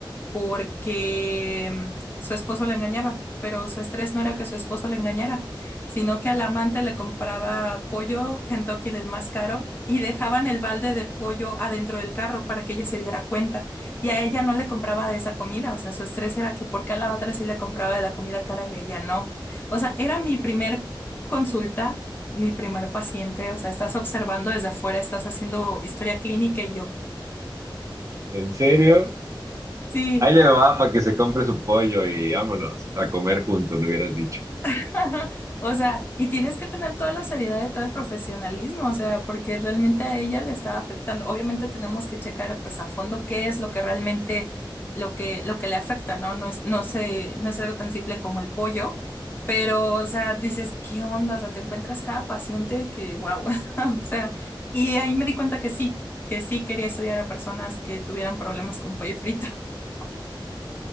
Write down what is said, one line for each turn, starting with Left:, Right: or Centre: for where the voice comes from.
Left: porque mm, su esposo la engañaba, pero su estrés no era que su esposo la engañara, sino que al amante le compraba pollo Kentucky del más caro y dejaban el balde de pollo adentro del carro para que ella se diera cuenta. Y a ella no le compraba de esa comida, o sea, su estrés era que porque a la otra sí le compraba de la comida cara y a ella no. O sea, era mi primer consulta. Mi primer paciente, o sea, estás observando desde afuera, estás haciendo historia clínica y yo,
Right: ¿En serio?
Left: sí.
Right: Ahí le va para que se compre su pollo y vámonos a comer juntos, le hubieras dicho.
Left: <laughs> O sea, y tienes que tener toda la seriedad y todo el profesionalismo, o sea, porque realmente a ella le está afectando. Obviamente tenemos que checar pues a fondo qué es lo que realmente lo que lo que le afecta, ¿no? No es no sé, no es algo tan simple como el pollo, pero o sea, dices, ¿qué onda? O sea, te encuentras cada paciente que wow. <laughs> O sea, y ahí me di cuenta que sí, que sí quería estudiar a personas que tuvieran problemas con pollo frito. <laughs>